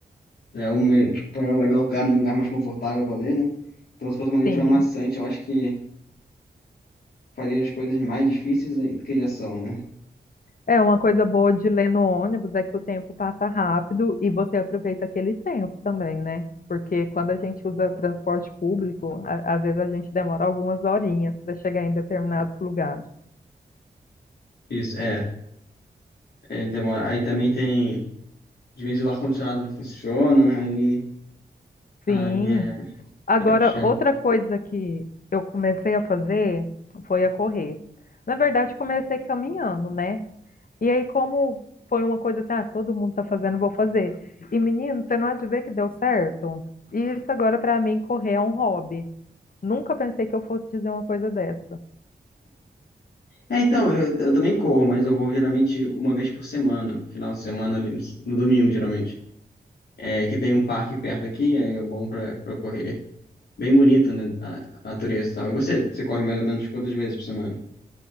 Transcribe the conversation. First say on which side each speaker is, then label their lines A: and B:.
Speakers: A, on the left; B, on the left.
A: é o meu, tipo, é o melhor lugar, um lugar mais confortável pra ler, né? Então, se fosse uma leitura
B: sim.
A: maçante, eu acho que. faria as coisas mais difíceis aí do que já são, né?
B: É uma coisa boa de ler no ônibus é que o tempo passa rápido e você aproveita aquele tempo também, né? Porque quando a gente usa transporte público, a- às vezes a gente demora algumas horinhas para chegar em determinados lugares.
A: Isso, é. É, demora. Aí também tem. de vez o ar-condicionado não funciona, aí. Aí
B: Sim.
A: é.
B: Agora,
A: É puxado.
B: outra coisa que eu comecei a fazer foi a correr. Na verdade, comecei caminhando, né? E aí, como foi uma coisa assim, ah, todo mundo tá fazendo, vou fazer. E menino, você não há de ver que deu certo? E isso agora, para mim, correr é um hobby. Nunca pensei que eu fosse dizer uma coisa dessa.
A: É, então, eu, eu também corro, mas eu vou geralmente uma vez por semana, no final de semana ali, no domingo, geralmente. É, que tem um parque perto aqui, aí é bom pra, pra correr. É Bem bonito, né? A, a natureza e tal. E você? Você corre mais ou menos quantas vezes por semana?